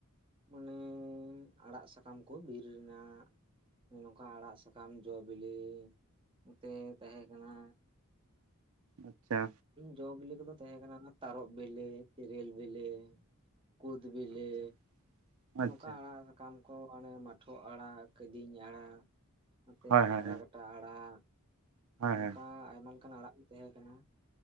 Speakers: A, on the right; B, on the right.
A: ᱢᱟᱱᱮ ᱟᱲᱟᱜ ᱥᱟᱠᱟᱢ ᱠᱚ ᱵᱤᱨ ᱨᱮᱱᱟᱜ ᱱᱚᱝᱠᱟ ᱟᱲᱟᱜ ᱥᱟᱠᱟᱢ ᱡᱚ ᱵᱮᱞᱮ ᱱᱚᱛᱮ ᱛᱟᱦᱮᱸ ᱠᱟᱱᱟ
B: ᱟᱪᱪᱷᱟ
A: ᱡᱚ ᱵᱮᱞᱮ ᱠᱚᱫᱚ ᱛᱟᱦᱮᱸ ᱠᱟᱱᱟ ᱛᱟᱨᱚᱵ ᱵᱮᱞᱮ ᱛᱮᱨᱮᱞ ᱵᱮᱞᱮ ᱠᱳᱫ ᱵᱮᱞᱮ
B: ᱟᱪᱪᱷᱟ ᱟᱪᱪᱷᱟ
A: ᱱᱚᱝᱠᱟ ᱟᱲᱟᱜ ᱥᱟᱠᱟᱢ ᱠᱚ ᱟᱱᱮ ᱢᱟᱴᱷᱚ ᱟᱲᱟᱜ ᱠᱟᱹᱫᱤᱧ ᱟᱲᱟᱜ ᱱᱚᱛᱮ
B: ᱦᱳᱭ
A: ᱰᱟᱝᱨᱟ
B: ᱦᱳᱭ
A: ᱠᱟᱴᱟ ᱟᱲᱟᱜ
B: ᱦᱳᱭ
A: ᱱᱚᱝᱠᱟ
B: ᱦᱳᱭ
A: ᱟᱭᱢᱟ ᱞᱮᱠᱟᱱᱟᱜ ᱟᱲᱟᱜ ᱠᱚ ᱛᱟᱦᱮᱸ ᱠᱟᱱᱟ